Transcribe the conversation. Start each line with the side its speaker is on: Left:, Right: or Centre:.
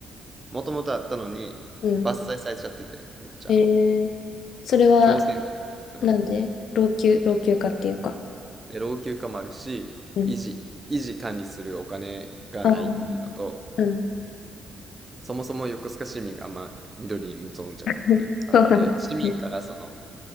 Right: もともとあったのに、
Left: うん。
Right: 伐採されちゃってて、めっちゃ。
Left: えー、それは、
Right: 強制的。
Left: なんで老朽、
Right: うん。
Left: 老朽化っていうか。
Right: で、老朽化もあるし、
Left: うん。
Right: 維持、維持管理するお金がないっていうのと、
Left: ああ。うん。
Right: そもそも横須賀市民があんま緑に無頓着っていうのがあって、
Left: うんそうそうそう。
Right: 市民からその、